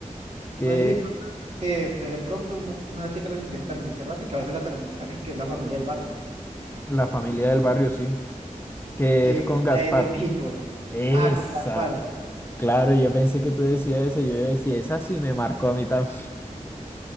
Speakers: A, on the left; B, on the right.
A: que
B: No sé si de pronto, se- este, de pronto una, una que transmitían también hace rato y que a veces la transmiten también, que es la familia del barrio.
A: la familia del barrio, sí, que
B: que
A: es con
B: esta
A: Gaspar.
B: es de México.
A: Esa,
B: Ajá, con Gaspar.
A: claro, yo pensé que tú decías eso, yo decía, esa sí me marcó a mí también.